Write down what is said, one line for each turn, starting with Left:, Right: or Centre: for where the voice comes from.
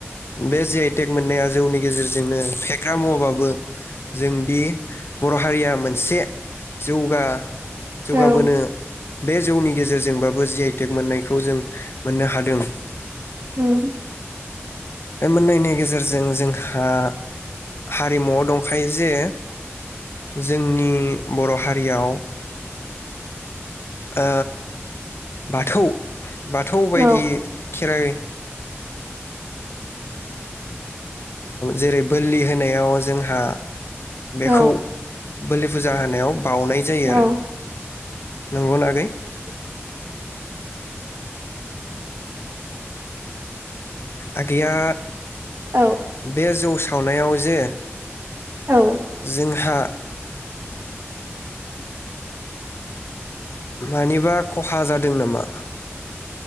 Left: बे जे आइटेक मोननाया जौनि गेजेरजोंनो फेग्रा मुवाबाबो जोंदि बर हारिया मोनसे जौगा जौगाबोनो
Right: औ
Left: बे जौनि गेजेरजोंबाब जि आ इ टे क मोननायखौ जों मोननो हादों।
Right: उं
Left: बे मोननायनि गेजेरजों जोंहा हारिमुआव दंखायो जे जोंनि बर हारियाव ओ बाथौ बाथौ बायदि
Right: औ
Left: खेराइ जेरै बोरलि होनायाव जोंहा बेखौ
Right: औ
Left: बोलि फुजा होनायाव बाउनाय जायो
Right: औ
Left: आरो बा नंगौ ना आगै आगैया
Right: औ
Left: बे जौ सा सावनायाव जे
Right: ओ
Left: जोंहा। मानिबा खहा जादों नामा?